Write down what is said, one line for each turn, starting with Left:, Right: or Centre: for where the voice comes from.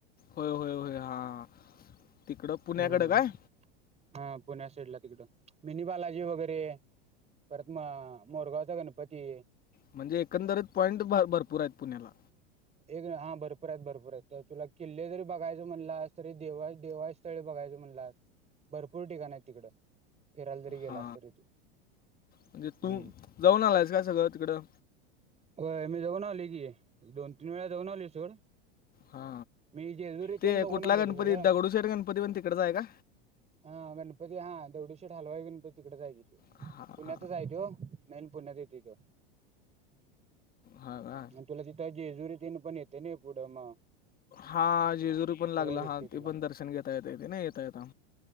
Left: होय होय. हा तिकडं पुण्याकडं
Right: हम्म
Left: कायं.
Right: हा पुण्यासाईडला तिकडं मिनी बालाजी वगैरे. परत मगं मोरगावचा गणपती.
Left: म्हणजे एकंदरीत पॉइंट भरपूर आहेत पुण्याला.
Right: एक हा भरपूर आहेत भरपूर आहेत, तर तुला किल्ले जरी बघायच म्हणलासं तरी देवा देवाची स्थळे बघायं <unintelligible> म्हणलासं भरपूर ठिकाणं आहेत तिकडं. फिरायला जरी गेलास
Left: हा
Right: तरी तू
Left: म्हणजे
Right: हम्म.
Left: तू जाऊन आलायसं काय सगळं तिकडं.
Right: हो मी जाऊन आलोय की दोन तीन वेळा जाऊन आलोय सोड.
Left: हा
Right: मी जेजुरी तेन
Left: ते
Right: बघून
Left: कुठला
Right: आलोय
Left: गणपती
Right: रे सगळं.
Left: दगडूशेठ गणपती पण तिकडचं आहे का?
Right: हा गणपती हा तेवढ - दगडूशेठ हलवाई गणपती तिकडेच आहे की तो
Left: हा हा
Right: पुण्यातच तो मेन पुण्यात येतोयं
Left: हा का
Right: आणि तुला तिथं जेजुरी तेन पण येते नाही पुढं मगं.
Left: हा जेजुरी पण लागला
Right: भेटतंय
Left: हा
Right: तुला.
Left: ते पण दर्शन घेता येतयं. नाही येता येता.